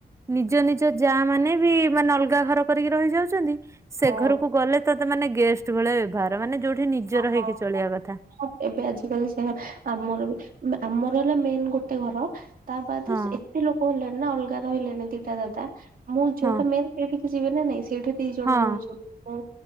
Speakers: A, on the right (about 15°); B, on the right (about 60°).
A: ନିଜ ନିଜ ଯା ମାନେ ବି ମାନେ ଅଲଗା ଘର କରିକି ରହି ଯାଉଛନ୍ତି। ସେ
B: ହଁ
A: ଘରକୁ ଗଲେ ତତ ତତେ ମାନେ ଗେଷ୍ଟ ଭଳିଆ ବ୍ୟବହାର ମାନେ ଯୋଉଠି ନିଜର
B: ହଁ ହଁ
A: ହେଇକି ଚଳିବା
B: ହଁ
A: କଥା
B: ହଁ ଏବେ ଆଜିକାଲି ସେଇଆ ଆମର ବି ମା ଆମର ହେଲା ମେନ୍ ଗୋଟେ ଘର। ତା ବାଦେ
A: ହଁ।
B: ସେ ଏତେ ଲୋକ ହେଲେଣି। ନା ଅଲଗା ରହିଲେଣି। ଦିଟା ଦାଦା ମୁଁ ଯୋଉଟା
A: ହଁ
B: ମେନ୍ ସେଇଠି ଯିବି ନା ନାଇଁ ସେ। ସେଠି ଦି ଜଣ
A: ହଁ
B: ରହୁଛନ୍ତି ମୁଁ